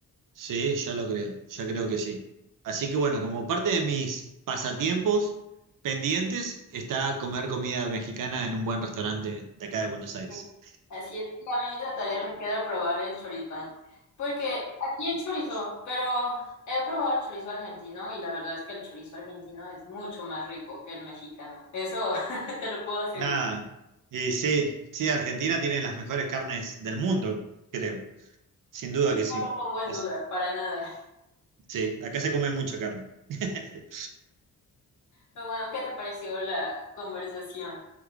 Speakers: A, on the right (about 65°); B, on the left (about 55°).
A: Sí, ya lo creo, ya creo que sí. Así que bueno, como parte de mis pasatiempos pendientes está comer comida mexicana en un buen restaurante de acá de Buenos Aires.
B: Sí. Así es, y a mí la tarea me queda probar el choripán, porque aquí hay chorizo, pero he probado el chorizo argentino y la verdad es que el chorizo argentino es mucho más rico que el mexicano, eso <laughs> te lo puedo asegurar.
A: Ah, y sí, sí, Argentina tiene las mejores carnes del mundo, creo. Sin duda
B: Sí,
A: que sí.
B: no lo pongo en
A: Es-
B: duda, para nada.
A: sí, acá se come mucha carne. <laughs>
B: Pero bueno, ¿qué te pareció la conversación?